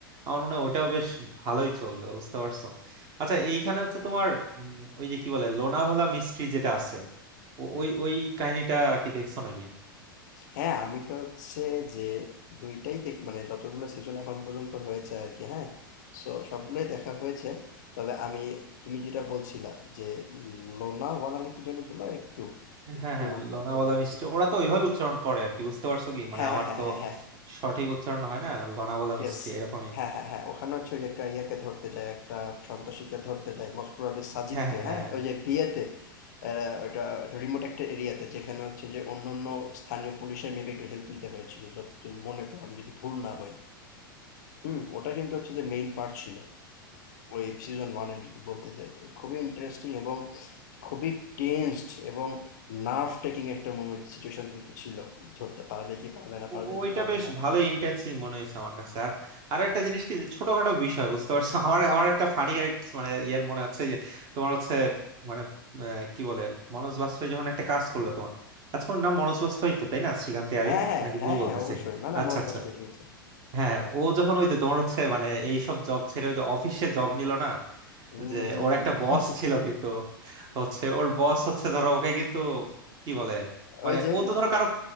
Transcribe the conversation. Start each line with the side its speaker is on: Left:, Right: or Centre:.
Right: আমার মনে হয় ওটাও বেশ ভালোই চলবে বুঝতে পারছো আচ্ছা এইখানে হচ্ছে তোমার উম, ওই যে কি বলে লোনাভালা মিস্ট্রি যেটা আছে ও- ওই ওই কাহিনীটা কি দেখছো নাকি
Left: হ্যাঁ আমি তো হচ্ছে যে দুইটাই দেখ মানে যতগুলো সিজন এখন পর্যন্ত হয়েছে আর কি হ্যাঁ সো সবগুলোই দেখা হয়েছে তবে আমি তুমি যেটা বলছিলা যে লোনাওয়ালা না কি যেন বললা একটু একটু
Right: হ্যাঁ হ্যাঁ লোনাভালা
Left: বোঝা যাচ্ছে
Right: মিষ্টি ওরা তো ওইভাবে উচ্চারণ করে আর কি বুঝতে পারছো কি মানে
Left: হ্যাঁ
Right: আমার
Left: হ্যাঁ
Right: তো
Left: হ্যাঁ হ্যাঁ হ্যাঁ
Right: সঠিক উচ্চারণ হয় না লোনাভালা
Left: ইয়েস
Right: মিষ্টি এরকমই
Left: হ্যাঁ হ্যাঁ হ্যাঁ ওখানে হচ্ছে ওই যে একটা ইয়াকে ধরতে যায় একটা সন্ত্রাসীকে ধরতে যায় মোস্ট প্রবাবলি সাজিদকে
Right: হ্যাঁ হ্যাঁ
Left: হ্যাঁ
Right: হ্যাঁ
Left: ওই যে বিয়েতে আহ, ওটা রিমোট একটা এরিয়াতে যেখানে হচ্ছে যে অন্য অন্য স্থানীয় পুলিশের মেবি একটু হেল্প নিতে হয়েছিল যতদূর মনে পড়ে আমি যদি ভুল না হই হুম ওটা কিন্তু হচ্ছে যে মেইন পার্ট ছিল ওই সিজন ওয়ানের যদি বলতে চাই খুবই ইন্টারেস্টিং এবং খুবই টেন্সড এবং নার্ভ টেকিং একটা মোমেন্ট সিচুয়েশন কিন্তু ছিল ধরতে পারবে কি পারবে না পারবে
Right: ও-
Left: কি
Right: ওইটা
Left: পারবে
Right: বেশ
Left: না
Right: ভালোই ইন্টেন্সিং মনে হয়েছে আমার কাছে আর আর একটা জিনিস কি যে ছোটখাটো বিষয় বুঝতে পারছো <laughs> আমার আমার একটা ফানি মানে ইয়ের মনে হচ্ছে যে তোমার হচ্ছে মানে আহ, কি বলে মনোজ বাজপেয়ী যখন একটা কাজ করলো তোমার আচ্ছা ওর নাম মনোজ বাজপেয়ী তো তাই না শ্রীকান্ত ইয়ারি
Left: হ্যাঁ হ্যাঁ
Right: নাকি
Left: হ্যাঁ
Right: ভুল
Left: হ্যাঁ
Right: বলতেছে
Left: অবশ্যই না না
Right: আচ্ছা
Left: মন
Right: আচ্ছা
Left: বাস পেটে গেছে
Right: হ্যাঁ ও যখন ওই যে তোমার হচ্ছে মানে এইসব জব ছেড়ে ওই অফিসে জব নিল না
Left: হুম
Right: যে ওর একটা বস
Left: <laughs>
Right: ছিল কিন্তু হচ্ছে ওর বস হচ্ছে ধরো ওকে কিন্তু কি বলে মানে
Left: ওই যে
Right: ও তো ধরো কারো